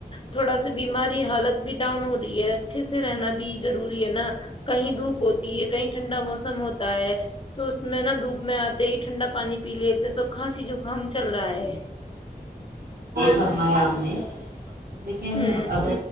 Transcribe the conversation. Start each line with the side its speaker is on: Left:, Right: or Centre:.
Left: تھوڑا سا بیماری حالت بھی ڈاؤن ہو رہی ہے اچھے سے رہنا بھی ضروری ہے نا کہیں دھوپ ہوتی ہے کہیں ٹھنڈا موسم ہوتا ہے تو نا دھوپ میں آتے ہی ٹھنڈا پانی پی لیتے ہیں تو کھانسی ہی زکام چل رہا ہے
Right: فرمایا اپ نے لیکن
Left: ہ
Right: اگر